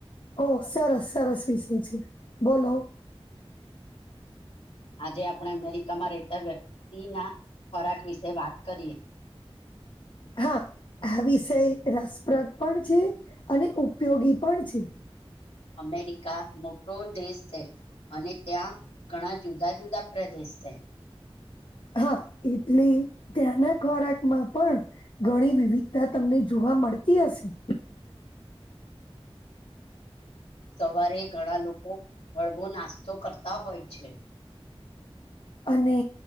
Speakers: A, on the left; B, on the left.
A: ઓ સરસ-સરસ વિષય છે. બોલો
B: આજે આપણે અમેરિકામાં રહેતા વ્યક્તિના ખોરાક વિશે વાત કરીએ.
A: હા, આ વિષય રસપ્રદ પણ છે અને ઉપયોગી પણ છે.
B: અમેરિકા મોટો દેશ છે અને ત્યાં ઘણા જુદા જુદા પ્રદેશ ન <unintelligible>
A: હા એટલે ત્યાંના ખોરાકમાં પણ ઘણી વિવિધતા તમને જોવા હા, મળતી હશે.
B: સવારે ઘણા લોકો હળવો નાસ્તો કરતા હોય છે.
A: અને